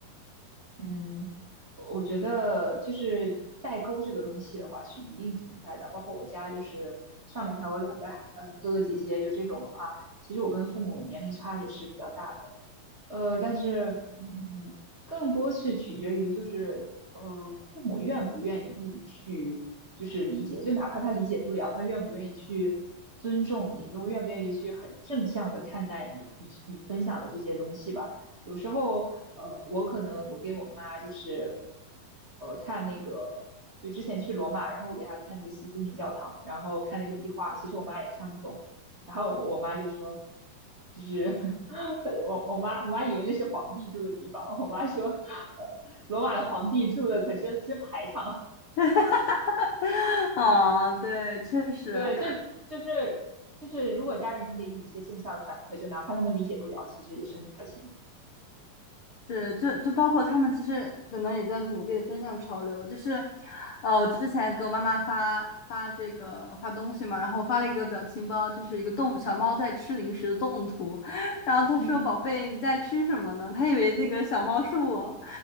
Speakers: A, on the right; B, on the left.
A: 嗯，我我觉得就是代沟这个东西的话是一定存在的，包括我家就是上面还有两个孩呃哥哥姐姐，就这种的话，其实我跟父母年龄差也是比较大的。呃，但是，嗯，更多是取决于就是，呃，父母愿不愿意去，就是理解，就哪怕他理解不了，他愿不愿意去尊重你，又愿不愿意去很正向的看待你，你你分享的这些东西吧。有时候，呃，我可能我给我妈就是，呃，看那个，就之前去罗马，然后我给她看那个西斯廷教堂，然后看那个壁画，其实我妈也看不懂，然后我妈就说，就是。<laughs> 我我妈我妈以为那是皇帝住的地方，我妈说，呃，罗马的皇帝住的可真真排场。
B: <laughs> 啊，对，确实，
A: 对，这就是就是如果家人能给你一些正向的反馈，就哪怕他们理解不了，其实也是很开心的。
B: 是，就就包括他们其实可能也在努力的跟上潮流，就是，呃，我之前给我妈妈发发这个发东西嘛，然后我发了一个表情包，就是一个动小猫在吃零食的动图，<laughs> 然后她说：
A: 嗯
B: “宝贝，你在吃什么呢？”她以为那个小猫是我，